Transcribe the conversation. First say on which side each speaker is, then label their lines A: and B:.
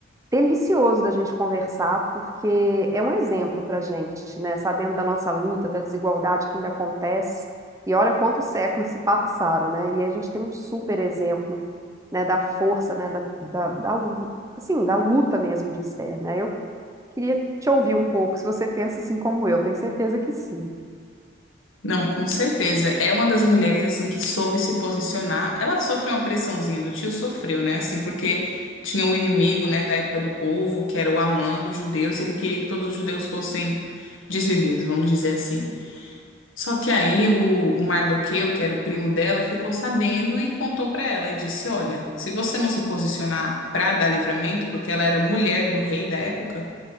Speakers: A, on the right; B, on the left.
A: delicioso da gente conversar, porque é um exemplo para a gente, né? Sabendo da nossa luta, da desigualdade que ainda acontece. E olha quantos séculos se passaram, né? E a gente tem um super exemplo, né, da força, né, da, da, da, assim, da luta mesmo de Esther, né? Eu queria te ouvir um pouco, se você pensa assim como eu, tenho certeza que sim.
B: Não, com certeza. É uma das mulheres assim que soube se posicionar. Ela sofreu uma pressãozinha do tio, sofreu, né? Assim, porque tinha um inimigo, né, da época do povo, que era o Amã dos judeus. Ele queria que todos os judeus fossem desvividos, vamos dizer assim. Só que aí o, o Mardoqueu, que era o primo dela, ficou sabendo e contou pra ela e disse: "Olha, se você não se posicionar pra dar livramento, porque ela era mulher do rei da época,